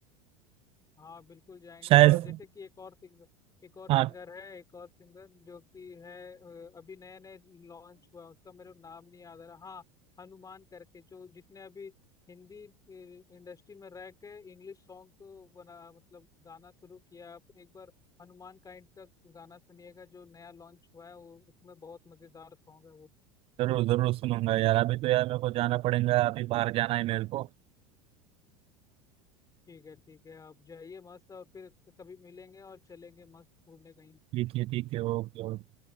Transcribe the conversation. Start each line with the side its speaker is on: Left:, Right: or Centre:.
Left: हाँ बिल्कुल जाएंगे
Right: शायद
Left: और जैसे कि एक और सिंगर एक और
Right: हाँ
Left: सिंगर है एक और सिंगर जो कि है अ, अभी नए नए लॉन्च हुआ उसका मेरे को नाम नहीं याद आ रहा हाँ हनुमान करके जो जिसने अभी हिंदी इंडस्ट्री में रह के इंग्लिश सॉन्ग को बना मतलब गाना शुरू किया आप एक बार हनुमान काइंड का गाना सुनिएगा जो नया लॉन्च हुआ है वो उसमें बहुत मजेदार सॉन्ग है वो
Right: जरूर जरूर सुनूंगा यार अभी तो यार मेरे को जाना पड़ेगा अभी बाहर जाना है मेरे को
Left: ठीक है ठीक है आप जाइए मस्त और फिर कभी मिलेंगे और चलेंगे मस्त घूमने कहीं
Right: ठीक है ठीक है ओके ओके